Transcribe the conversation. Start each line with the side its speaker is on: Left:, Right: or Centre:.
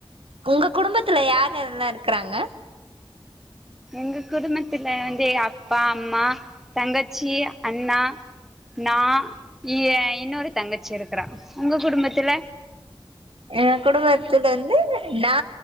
Right: உங்க குடும்பத்துல யார் யாரெல்லா இருக்றாங்க
Centre: எங்க குடும்பத்துல வந்து அப்பா, அம்மா, தங்கச்சி, அண்ணா, நா ஏ இன்னோரு தங்கச்சி இருக்கறா உங்க குடும்பத்துல
Right: எங்க குடும்பத்துல வந்து நா,